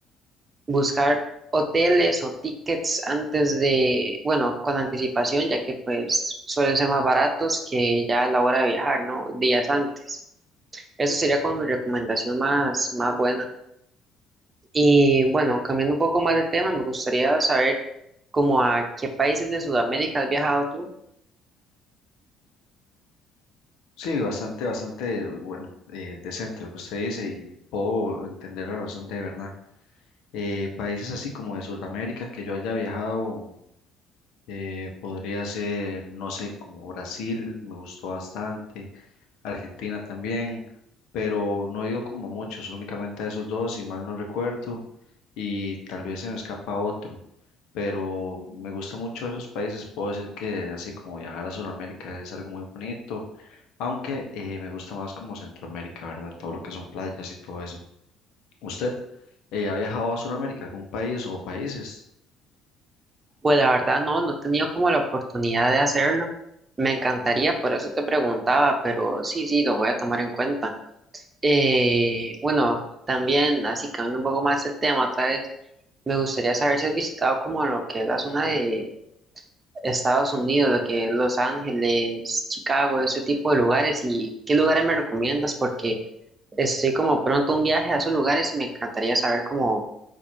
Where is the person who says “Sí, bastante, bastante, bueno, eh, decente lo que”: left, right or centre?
Left